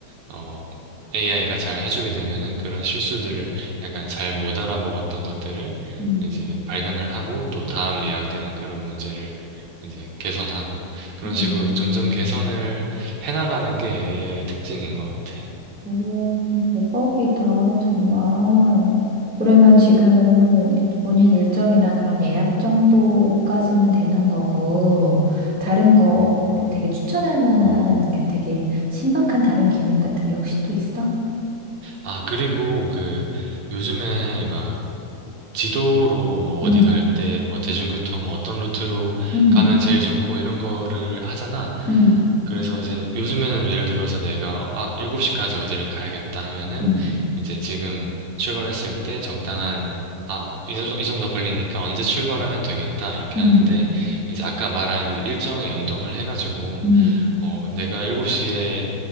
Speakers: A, on the right; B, in the centre.
A: 어, AI가 잘 해주게 되면은 그런 실수들을 약간 잘 못 알아먹었던 것들을
B: 음,
A: 이제 발견을 하고 또 다음 예약되는 그런 문제를 이제 개선하고 그런 식으로
B: 음.
A: 점점 개선을 해나가는 게 AI의 특징인 것 같아.
B: 오, 대박이다, 정말. 그러면 지금은 본인 일정이나 그런 예약 정도까지만 되는 거고, 다른 거 뭐 되게 추천할 만한 그 되게 신박한 다른 기능 같은 게 혹시 또 있어?
A: 아, 그리고 그 요즘에 막 지도로 뭐 어디
B: 응!
A: 갈 때 뭐 대중교통 어떤 루트로
B: 응!
A: 가면 제일 좋고 이런 거를 하잖아.
B: 응!
A: 그래서 이제 요즘에는 예를 들어서 내가 아, 7시까지 어디를 가야겠다 하면은
B: 응!
A: 이제 지금 출발했을 때 적당한 아, 이 정- 이 정도 걸리니까 언제 출발하면 되겠다 이렇게
B: 응,
A: 하는데 이제 아까 말한 이 일정에 연동을 해가지고
B: 응,
A: 어, 내가 7시에